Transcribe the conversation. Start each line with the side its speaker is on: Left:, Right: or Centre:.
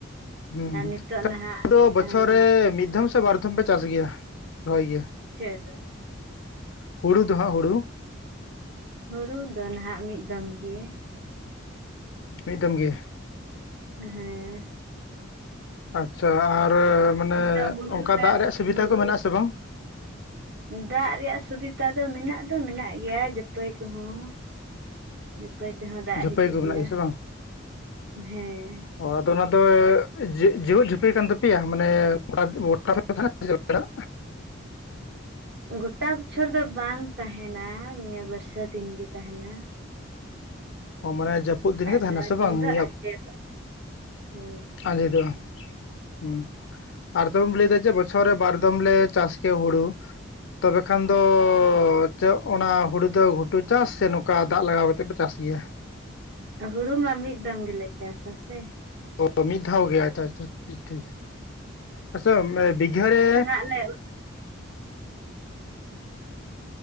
Left: ᱦᱮᱸ
Right: ᱟᱨ ᱱᱤᱛᱚᱜ
Left: <unintelligible>
Right: ᱱᱟᱦᱟᱜ
Left: ᱵᱚᱪᱷᱚᱨ
Right: ᱟᱸ
Left: ᱨᱮ ᱢᱤᱫ ᱫᱷᱚᱢ ᱥᱮ ᱵᱟᱨᱫᱷᱚᱢ ᱯᱮ ᱪᱟᱥ ᱜᱮᱭᱟ, ᱨᱚᱦᱚᱭ ᱜᱮ ᱾
Right: ᱪᱮᱫ?
Left: ᱦᱩᱲᱩ ᱫᱚ ᱦᱚᱸᱜ ᱦᱩᱲᱩ
Right: ᱦᱩᱲᱩ ᱫᱚ ᱱᱟᱦᱟᱜ ᱢᱤᱫ ᱫᱚᱢ ᱜᱮ᱾
Left: ᱢᱤᱜ ᱫᱚᱢ ᱜᱮ ᱾
Right: ᱦᱮᱸ
Left: ᱟᱪᱪᱷᱟ ᱟᱨ ᱢᱟᱱᱮ
Right: ᱱᱤᱛᱚᱜ ᱦᱩᱲᱩ
Left: ᱚᱱᱠᱟ
Right: ᱞᱮ
Left: ᱫᱟᱜ ᱨᱮᱭᱟᱜ ᱥᱩᱵᱤᱫᱷᱟ
Right: ᱦᱩᱲᱩ
Left: ᱠᱚ ᱢᱮᱱᱟᱜ ᱟᱥᱮ ᱵᱟᱝ?
Right: ᱫᱟᱜ ᱨᱮᱭᱟᱜ ᱥᱩᱵᱤᱛᱟ ᱫᱚ ᱢᱮᱱᱟᱜ ᱫᱚ ᱢᱮᱱᱟᱜ ᱜᱮᱭᱟ ᱡᱟᱹᱯᱟᱹᱭ ᱠᱚᱦᱚᱸ᱾ ᱡᱟᱹᱯᱟᱹᱭ ᱛᱮ ᱦᱚᱸ ᱫᱟᱜ
Left: ᱡᱷᱟᱹᱯᱟᱹᱭ
Right: ᱦᱤᱡᱩᱜ
Left: ᱠᱚ
Right: ᱜᱮᱭᱟ
Left: ᱢᱮᱱᱟᱜ ᱥᱮ ᱵᱟᱝ
Right: ᱦᱮᱸ᱾
Left: ᱚ ᱟᱫᱚ ᱚᱱᱟ ᱫᱚ ᱡᱮᱣᱮᱫ ᱡᱷᱟᱹᱯᱤ ᱠᱟᱱ ᱛᱟᱯᱮ ᱭᱟ ᱢᱟᱱᱮ <unintelligible> ᱨᱮ ᱛᱟᱦᱮᱸᱱᱟ ᱪᱮ <unintelligible>
Right: ᱜᱚᱴᱟ ᱵᱚᱪᱷᱚᱨ ᱫᱚ ᱵᱟᱝ ᱛᱟᱦᱮᱸᱱᱟ ᱱᱤᱭᱟᱹ ᱵᱟᱹᱨᱥᱟ ᱫᱤᱱ ᱜᱮ ᱛᱟᱦᱮᱸᱱᱟ ᱾
Left: ᱢᱟᱱᱮ ᱡᱟᱹᱯᱩᱫ ᱫᱤᱱ ᱜᱮ ᱛᱟᱦᱮᱸᱱᱟ
Right: ᱡᱟᱦᱟᱸ
Left: ᱥᱮ
Right: ᱫᱤᱱ
Left: ᱵᱟᱝ
Right: ᱫᱚ
Left: ᱱᱤᱭᱟᱹ
Right: ᱟᱸᱡᱮᱫᱚᱜ ᱦᱩᱸ
Left: ᱟᱸᱫᱷᱮ ᱫᱚ? ᱦᱩᱸ ᱟᱨ ᱫᱚᱢ ᱞᱟᱹᱭᱫᱟ ᱡᱮ ᱵᱚᱪᱷᱚᱨ ᱨᱮ ᱵᱟᱨ ᱫᱚᱢ ᱞᱮ ᱪᱟᱥ ᱠᱮᱭᱟ ᱦᱩᱲᱩ᱾ ᱛᱚᱵᱮ ᱠᱷᱟᱱ ᱫᱚ ᱪᱮᱫ ᱚᱱᱟ ᱦᱩᱲᱩ ᱫᱚ ᱜᱷᱩᱴᱩ ᱪᱟᱥ ᱥᱮ ᱱᱚᱝᱠᱟ ᱫᱟᱜ ᱞᱟᱜᱟᱣ ᱠᱟᱛᱮᱜ ᱯᱮ ᱪᱟᱥ ᱜᱮᱭᱟ?
Right: ᱦᱩᱲᱩ ᱢᱟ ᱢᱤᱫ ᱫᱚᱢ ᱜᱮᱞᱮ ᱪᱟᱥᱟ ᱥᱮ᱾
Left: ᱳ ᱢᱤᱫ ᱫᱷᱟᱣ ᱜᱮ ᱟᱪᱪᱷᱟ-ᱟᱪᱪᱷᱟ ᱴᱷᱤᱠ-ᱴᱷᱤᱠ ᱟᱪᱪᱷᱟ ᱵᱤᱜᱷᱟᱹ ᱨᱮᱼᱼ
Right: ᱟᱞᱮ ᱩᱛᱼᱼ